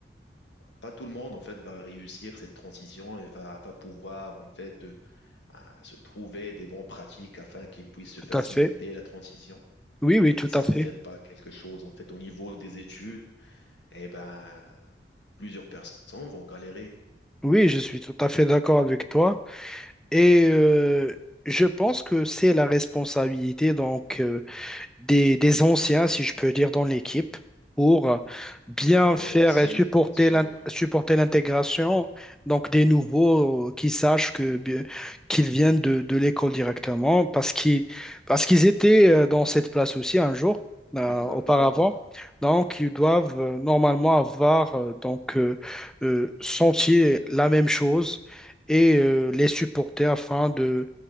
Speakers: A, on the left (about 75°); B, in the centre.
A: pas tout le monde en fait va réussir cette transition et va, va pouvoir en fait euh, euh, se trouver des bonnes pratiques afin qu'ils puissent se faciliter
B: tout à fait.
A: la transition.
B: Oui, oui,
A: Et
B: tout
A: si
B: à fait.
A: on ne fait pas quelque chose en fait au niveau des études, eh ben plusieurs personnes vont galérer.
B: Oui, je suis tout à fait d'accord avec toi. Et euh, je pense que c'est la responsabilité donc, euh, des, des anciens, si je peux dire, dans l'équipe pour euh, bien
A: Ouais,
B: faire
A: aussi,
B: et supporter
A: bien sûr.
B: l'in- supporter l'intégration, donc des nouveaux euh, qui sachent que bien- qu'ils viennent de, de l'école directement, parce qu'ils parce qu'ils étaient euh, dans cette place aussi un jour euh,
A: Exactement.
B: auparavant. Donc, ils doivent euh, normalement avoir euh, donc euh, euh, senti la même chose et euh, les supporter afin de